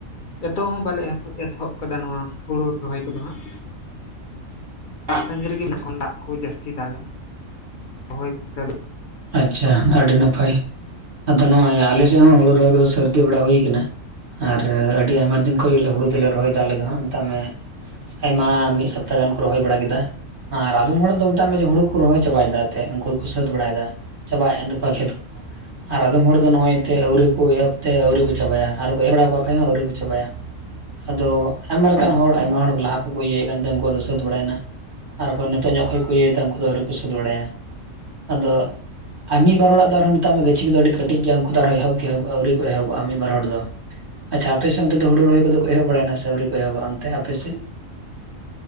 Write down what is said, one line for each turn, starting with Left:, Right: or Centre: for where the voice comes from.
Left: ᱮᱛᱚᱦᱚᱵ ᱵᱟᱞᱮ ᱮᱛᱚᱦ ᱮᱛᱚᱦᱚᱵ ᱟᱠᱟᱫᱟ ᱱᱚᱣᱟ ᱦᱩᱲᱩ ᱨᱚᱦᱚᱭ ᱠᱚᱫᱚ ᱦᱟᱸᱜ
Right: <inaudible> <inaudible>
Left: ᱫᱟᱜ ᱛᱟᱺᱜᱤ ᱨᱮᱜᱮ ᱡᱚᱠᱷᱚᱱ ᱫᱟᱜ ᱠᱚ ᱡᱟᱹᱥᱛᱤ ᱫᱟᱜᱟ ᱨᱚᱦᱚᱭ ᱠᱚ ᱪᱟᱹᱞᱩ
Right: ᱟᱪᱪᱷᱟ ᱟᱹᱰᱤ ᱱᱟᱯᱟᱭ ᱟᱫᱚ ᱱᱚᱜᱼᱚᱭ ᱟᱞᱮ <unintelligible> ᱦᱩᱲᱩ ᱨᱚᱦᱚᱭ ᱠᱚᱫᱚ ᱥᱟᱨᱫᱤ ᱵᱟᱲᱟ ᱦᱩᱭ ᱠᱟᱱᱟ ᱟᱨ ᱟᱹᱰᱤ ᱟᱭᱢᱟ ᱫᱤᱱ ᱠᱷᱚᱱᱚᱡ ᱜᱮᱞᱮ ᱦᱩᱲᱩ ᱫᱚᱞᱮ ᱨᱚᱦᱚᱭᱫᱟ ᱟᱞᱮ ᱫᱚ ᱦᱟᱸᱜ ᱢᱮᱛᱟᱜ ᱢᱮ ᱟᱭᱢᱟ ᱢᱤᱫ ᱥᱚᱯᱛᱟ ᱜᱟᱱ ᱠᱚ ᱨᱚᱦᱚᱭ ᱵᱟᱲᱟ ᱠᱮᱫᱟ ᱟᱨ ᱟᱫᱚᱢ ᱦᱚᱲ ᱫᱚ ᱢᱮᱛᱟᱜ ᱢᱮ ᱡᱮ ᱦᱩᱲᱩ ᱠᱚ ᱨᱚᱦᱚᱭ ᱪᱟᱵᱟᱭᱮᱫᱟ ᱮᱱᱮᱫ ᱩᱱᱠᱩ ᱠᱚ ᱥᱟᱹᱛ ᱵᱟᱲᱟᱭᱮᱫᱟ ᱪᱟᱵᱟᱭ ᱮ ᱛᱟᱠᱚᱣᱟ ᱠᱷᱮᱛ ᱟᱨ ᱟᱫᱚᱢ ᱦᱚᱲ ᱫᱚ ᱱᱚᱜᱼᱚᱭ ᱮᱛᱮᱜ ᱟᱹᱣᱨᱤ ᱠᱚ ᱮᱦᱚᱵ, ᱛᱮ ᱟᱹᱣᱨᱤ ᱠᱚ ᱪᱟᱵᱟᱭᱟ ᱟᱨᱠᱚ <unintelligible> ᱵᱟᱲᱟ ᱠᱟᱜ ᱠᱷᱚᱡ ᱦᱚᱸ ᱟᱹᱣᱨᱤ ᱠᱚ ᱪᱟᱵᱟᱭᱟ ᱟᱫᱚ ᱟᱭᱢᱟ ᱞᱮᱠᱟᱱ ᱦᱚᱲ ᱟᱭᱢᱟ ᱦᱚᱲ ᱞᱟᱦᱟ ᱠᱚᱠᱚ ᱤᱭᱟᱹᱭᱮᱫ ᱠᱟᱱ ᱛᱟᱦᱮᱸ ᱩᱱᱠᱩ ᱫᱚ ᱥᱟᱹᱛ ᱵᱟᱲᱟᱭᱮᱱᱟ ᱟᱨ ᱚᱠᱚᱭ ᱱᱤᱛᱚᱜ ᱧᱚᱜ ᱠᱷᱚᱡ ᱠᱚ ᱤᱭᱟᱹ ᱮᱫᱟ ᱩᱱᱠᱩ ᱫᱚ ᱟᱹᱣᱨᱤ ᱠᱚ ᱥᱟᱹᱛ ᱵᱟᱲᱟᱭᱟ ᱟᱫᱚ ᱟᱨ ᱢᱤᱫ ᱵᱟᱨ ᱦᱚᱲᱟᱜ ᱫᱚ ᱟᱨᱦᱚᱸ ᱢᱮᱛᱟᱜ ᱢᱮ ᱜᱟᱹᱪᱷᱤ ᱠᱚᱫᱚ ᱟᱹᱰᱤ ᱠᱟᱹᱴᱤᱡ ᱜᱮᱭᱟ ᱩᱱᱠᱩ ᱫᱚ ᱟᱨᱦᱚᱸ ᱮᱦᱚᱵ ᱜᱮ <unintelligible> ᱟᱹᱣᱨᱤ ᱠᱚ ᱮᱦᱚᱵᱼᱟ ᱢᱤᱫ ᱵᱟᱨ ᱦᱚᱲ ᱟᱪᱪᱷᱟ ᱟᱯᱮ ᱥᱮᱱᱛᱮ ᱫᱚ ᱦᱩᱲᱩ ᱨᱚᱦᱚᱭ ᱠᱚᱫᱚ ᱠᱚ ᱮᱦᱚᱵ ᱵᱟᱲᱟᱭᱱᱟ ᱥᱮ ᱟᱹᱣᱨᱤ ᱠᱚ ᱮᱦᱚᱵᱟ ᱟᱱᱛᱮ ᱟᱯᱮᱮᱥᱮᱫ